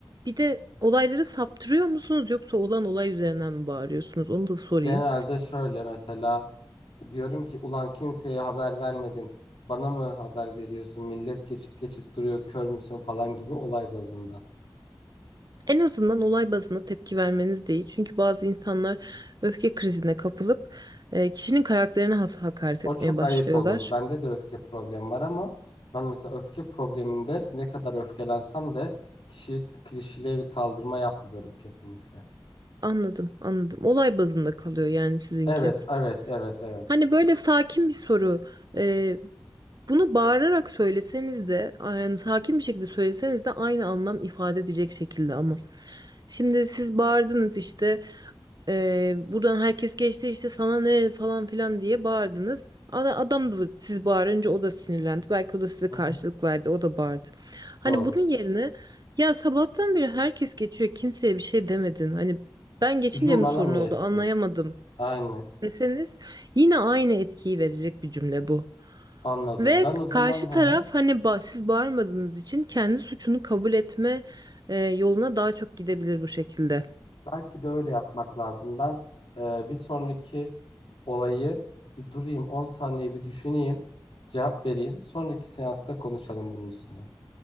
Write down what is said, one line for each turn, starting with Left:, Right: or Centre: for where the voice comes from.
Right: bir de olayları saptırıyor musunuz yoksa olan olay üzerinden mi bağırıyorsunuz? Onu da sorayım.
Left: genelde şöyle mesela diyorum ki ulan kimseye haber vermedin. Bana mı haber veriyorsun? Millet geçip geçip duruyor. Kör müsün falan gibi olay bazında.
Right: En azından olay bazında tepki vermeniz değil. Çünkü bazı insanlar öfke krizine kapılıp e, kişinin karakterine has- hakaret
Left: O
Right: etmeye
Left: çok
Right: başlıyorlar.
Left: ayıp olur. Bende de öfke problemi var ama ben mesela öfke probleminde ne kadar öfkelensem de kişi kişiliğe bir saldırma yapmıyorum kesinlikle.
Right: Anladım, anladım. Olay bazında kalıyor yani sizinki.
Left: Evet, evet, evet, evet.
Right: Hani böyle sakin bir soru. e, bunu bağırarak söyleseniz de, yani sakin bir şekilde söyleseniz de aynı anlam ifade edecek şekilde ama. Şimdi siz bağırdınız işte. Ee, buradan herkes geçti işte sana ne falan filan diye bağırdınız. Ada-
Left: Hı
Right: Adam
Left: hı.
Right: da siz bağırınca o da sinirlendi. Belki o da size
Left: Hı
Right: karşılık
Left: hı.
Right: verdi. O da bağırdı. Hani
Left: Doğru.
Right: bunun yerine ya sabahtan beri herkes geçiyor. Kimseye bir şey demedin. Hani ben geçince
Left: Gücün
Right: mi
Left: bana
Right: sorun
Left: mı yetti?
Right: oldu anlayamadım
Left: Aynen.
Right: deseniz yine aynı etkiyi verecek bir cümle bu.
Left: Anladım.
Right: Ve
Left: Ben o zaman
Right: karşı taraf
Left: hı hı.
Right: hani ba- siz bağırmadığınız için kendi suçunu kabul etme e, yoluna daha çok gidebilir bu şekilde.
Left: Belki de öyle yapmak lazım. Ben e, bir sonraki olayı bir durayım 10 saniye bir düşüneyim. Cevap vereyim. Sonraki seansta konuşalım bunun üstüne.